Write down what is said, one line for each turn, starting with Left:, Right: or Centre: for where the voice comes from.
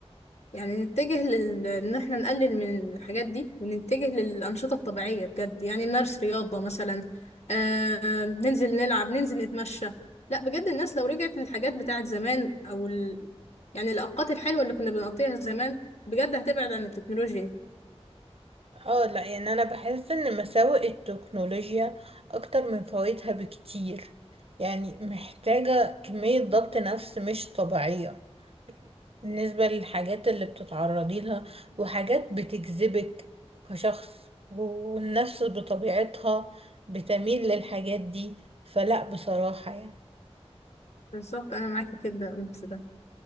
Left: يعني نتجه لل... ان احنا نقلل من الحاجات دي ونتجه للأنشطة الطبيعية بجد يعني نمارس رياضة مثلا آه... ننزل نلعب ننزل نتمشى لا بجد الناس لو رجعت للحاجات بتاعت زمان او ال... يعني الأوقات الحلوة اللي كنا بنقضيها زمان بجد هتبعد عن التكنولوجيا دي.
Right: اه لا يعني انا بحس ان مساوئ التكنولوجيا اكتر من فوائدها بكتير يعني محتاجة كمية ضبط نفس مش طبيعية بالنسبة للحاجات اللي بتتعرضي لها وحاجات بتجذبك كشخص والنفس بطبيعتها بتميل للحاجات دي فلا بصراحة يعني
Left: بالظبط انا معاكي كده في ده